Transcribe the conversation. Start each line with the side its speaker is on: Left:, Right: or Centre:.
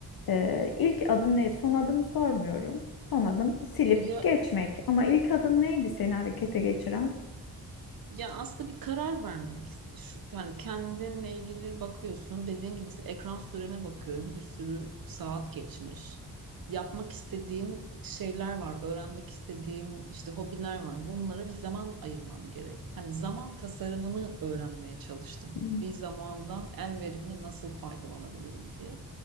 Left: e, ilk adım neydi? Son adımı sormuyorum. Son adım silip
Right: Ya
Left: geçmek. Ama ilk adım neydi seni harekete geçiren?
Right: Ya aslında bir karar vermek. Şu, yani kendinle ilgili bakıyorsun. Dediğin gibi mesela ekran süreme bakıyorum. Bir sürü saat geçmiş. Yapmak istediğim şeyler var. Öğrenmek istediğim işte hobiler var. Bunlara bir zaman ayırmam gerek. Hani zaman tasarımını öğrenmeye çalıştım.
Left: Hmm.
Right: Bir zamandan en verimli nasıl faydalanabilirim diye.